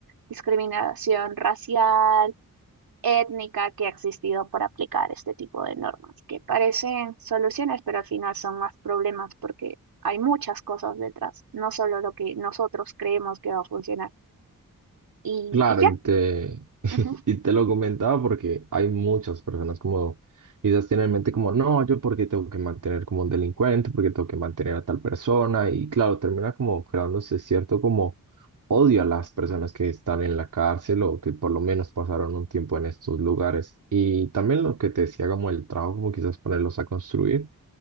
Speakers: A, on the right; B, on the right.
A: discriminación racial, étnica que ha existido por aplicar este tipo de normas, que parecen soluciones, pero al final son más problemas porque hay muchas cosas detrás, no solo lo que nosotros creemos que va a funcionar. Y,
B: Claro,
A: y ya.
B: y te,
A: Ujú,
B: <laughs> y te lo comentaba porque hay muchas personas como quizás tienen en mente como, no, yo porque tengo que mantener como un delincuente, porque tengo que mantener a tal persona, y claro, termina como creándose cierto como odio a las personas que están en la cárcel o que por lo menos pasaron un tiempo en estos lugares. Y también lo que te decía como el trabajo, como quizás ponerlos a construir.